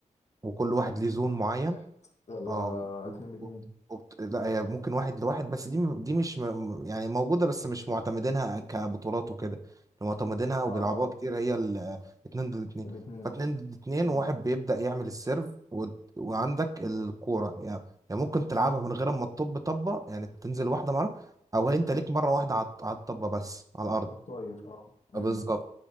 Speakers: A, on the right; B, on the left.
A: وكل واحد ليه زون معين
B: مفيش واحد ولا
A: اه
B: اتنين باتنين
A: وبت- وبت- لا هي ممكن واحد لواحد بس دي دي مش م- يعني موجودة بس مش معتمدينها كبطولات وكده اللي معتمدينها وبيلعبوها
B: اه
A: كتير هي ال- اتنين ضد اتنين
B: الاتنين
A: فاتنين ضد اتنين
B: تمام
A: وواحد بيبدأ يعمل السيرف و... وعندك الكورة يعني يعني ممكن تلعبها من غير ما تطب طبة يعني تنزل واحدة مرة أو هي أنت ليك مرة واحدة على الط- على الطبة بس على الأرض
B: الطاير اه امم
A: بالظبط